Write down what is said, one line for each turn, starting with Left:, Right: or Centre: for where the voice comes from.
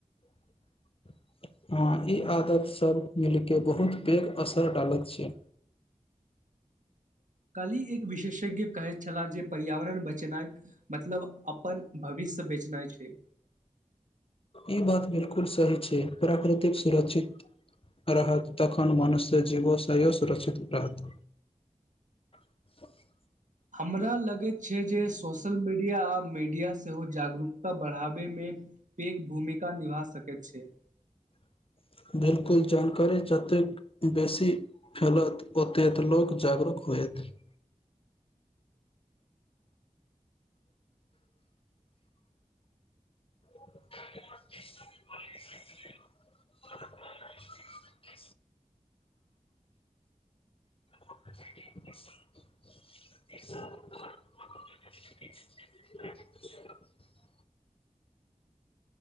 Left: <inaudible> हँ ई आदत सभ मिलकेऽ बहुत पैघ असर डालैत छै <inaudible>
Right: कल्हि एक विशेषज्ञ कहैत छलाह जे पर्यावरण बचेनाइ मतलब अपन भविष्य सब बेचनाइ छै
Left: ई बात बिलकुल सही छै प्राकृतिक सुरक्षित रहत तखन मनुष्य जीवोसँयो सुरक्षित रहत <inaudible>
Right: हमरा लगैत छै जे सोशल मीडिया आ मीडिया सेहो जागरूकता बढ़ाबयमे पैघ भूमिका निभा सकैत छै
Left: <inaudible> बिलकुल जानकारी जतेक बेसी फैलत ओतेक लोक जागरूक होहत <inaudible> <inaudible> <inaudible> <inaudible> <inaudible>